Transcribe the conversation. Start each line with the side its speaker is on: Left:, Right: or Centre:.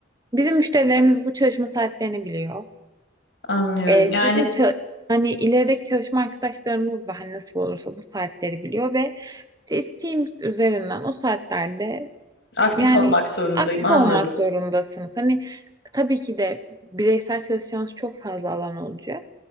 Right: bizim müşterilerimiz bu çalışma saatlerini biliyor.
Left: Anlıyorum.
Right: E,
Left: Yani
Right: sizin ça- hani ilerideki çalışma arkadaşlarınız da hani nasıl olursa bu saatleri biliyor ve siz Teams üzerinden o saatlerde
Left: Aktif
Right: Yani
Left: olmak zorundayım,
Right: aktif
Left: anladım.
Right: olmak zorundasınız. Hani tabii ki de bireysel çalışacağınız çok fazla alan olacak.